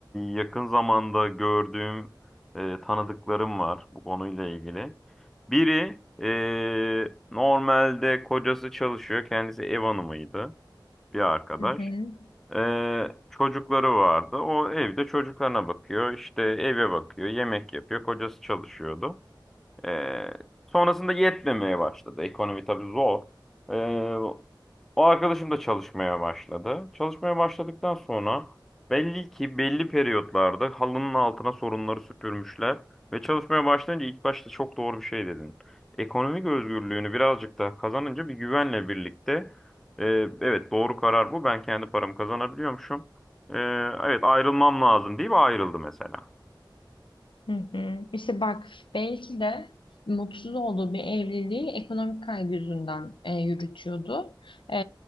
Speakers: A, in the centre; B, on the left (about 80°).
A: yakın zamanda gördüğüm e, tanıdıklarım var bu konuyla ilgili. Biri e, normalde kocası çalışıyor kendisi ev hanımıydı bir arkadaş.
B: Hı hı.
A: Ee, çocukları vardı. O evde çocuklarına bakıyor. işte eve bakıyor, yemek yapıyor. Kocası çalışıyordu. Ee, sonrasında yetmemeye başladı. Ekonomi tabii zor. Ee, o arkadaşım da çalışmaya başladı. Çalışmaya başladıktan sonra belli ki belli periyotlarda halının altına sorunları süpürmüşler. Ve çalışmaya başlayınca ilk başta çok doğru bir şey dedin. Ekonomik özgürlüğünü birazcık daha kazanınca bir güvenle birlikte e, evet doğru karar bu. Ben kendi paramı kazanabiliyormuşum. Ee, evet ayrılmam lazım deyip ayrıldı mesela.
B: Hı hı. İşte bak belki de mutsuz olduğu bir evliliği ekonomik kaygı yüzünden e, yürütüyordu. E,